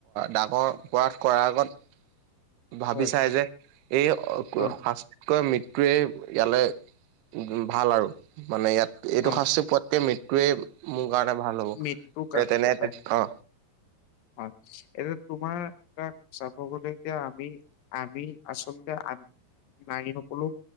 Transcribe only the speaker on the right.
ডাঙৰ অপৰাধ কৰাৰ আগত - <unintelligible> ভাবি
চাই যে এই
শাস্তিতকৈ মৃত্যুৱে ইয়ালে- ভাল আৰু মানে ইয়াত - এইটো
শাস্তি পোৱাতকে মৃত্যুয়ে মোৰ কাৰণে ভাল হ'ব।
এ তেনেকে
অ।